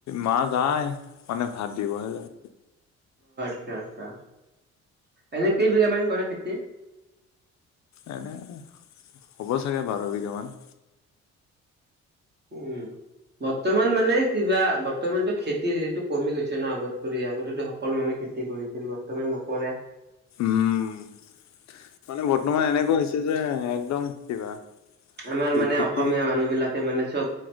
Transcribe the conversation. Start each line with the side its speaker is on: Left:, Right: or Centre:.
Left: মা যায় মানে ভাত দিবহে যায়।
Right: আচ্ছা-আচ্ছা এনে কেই বিঘামান কৰে খেতি?
Left: এনে হ'ব চাগে বাৰ বিঘা মান।
Right: উম। বৰ্তমান মানে কিবা বৰ্তমানতটো খেতিৰ হেৰিতটো কমি গৈছে ন আগত কৰি আগতে সকলো মানে। খেতি কৰিছিল বৰ্তমান নকৰে।
Left: উম মানে বৰ্তমান এনেকুৱা হৈছে যে একদম কিবা।
Right: আমাৰ
Left: খেতি
Right: মানে অসমীয়া মানুহ বিলাকে মানে চব।